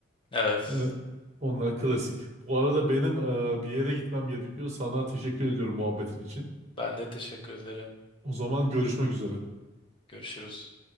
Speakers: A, on the left (about 25°); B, on the right (about 35°).
A: Evet.
B: Ee, Onlar klasik. Bu arada benim e, bir yere gitmem gerekiyor. Sana teşekkür ediyorum muhabbetin için.
A: Ben de teşekkür ederim.
B: O zaman görüşmek üzere.
A: Görüşürüz.